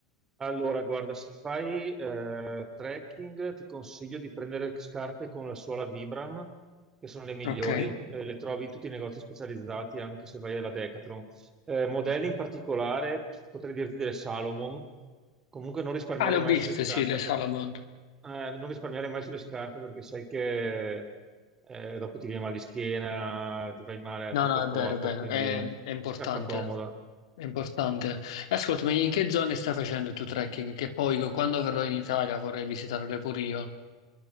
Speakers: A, on the right (about 20°); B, on the left (about 75°).
A: Allora, guarda, se fai eh, trekking ti consiglio di prendere scarpe con la suola Vibram, che sono le migliori.
B: Ok.
A: Eh, le trovi in tutti i negozi specializzati, anche se vai alla Decathlon. Eh, modelli in particolare, potrei dirti delle Salomon. Comunque non risparmiare
B: Ah, le ho
A: mai
B: viste,
A: sulle scarpe,
B: sì, le Salomon.
A: per- eh, non risparmiare mai sulle scarpe perché sai che eh, dopo ti viene mal di schiena, ti fai male
B: No,
A: a tutto
B: no,
A: il
B: è
A: corpo,
B: vero, è vero,
A: quindi
B: è, è importante,
A: scarpa comoda.
B: è importante. E Ascoltami, in che zone stai facendo il tuo trekking? Che poi quando verrò in Italia vorrei visitarle pure io.